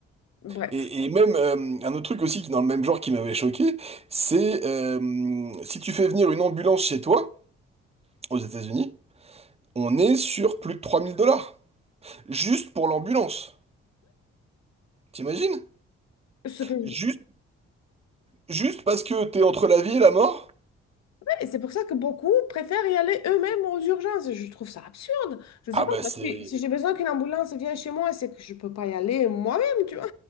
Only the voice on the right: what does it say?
Et, et même euh, un autre truc aussi qui dans le même genre qui m'avait choqué, c'est euh, si tu fais venir une ambulance chez toi, aux États-Unis, on est sur plus de 3000 dollars. Juste pour l'ambulance. T'imagines?
Juste, juste parce que t'es entre la vie et la mort?
Ah
bah
c'est...